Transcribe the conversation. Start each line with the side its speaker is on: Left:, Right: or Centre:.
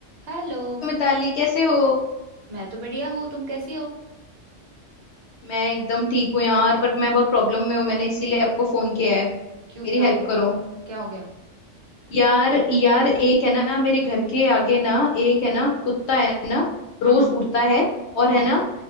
Right: हेलो
Left: मिताली कैसे हो
Right: मैं तो बढ़िया हूँ तुम कैसी हो
Left: मैं एकदम ठीक हूँ यार पर मैं बहुत प्रॉब्लम में हूँ मैंने इसीलिए आपको फोन किया है
Right: क्यों
Left: मेरी
Right: क्या
Left: हेल्प
Right: हो गया
Left: करो
Right: क्या हो गया
Left: यार यार एक है ना मेरे घर के आगे ना एक है ना कुत्ता है ना
Right: हाँ
Left: रोज
Right: हाँ
Left: उड़ता है और
Right: हाँ
Left: है ना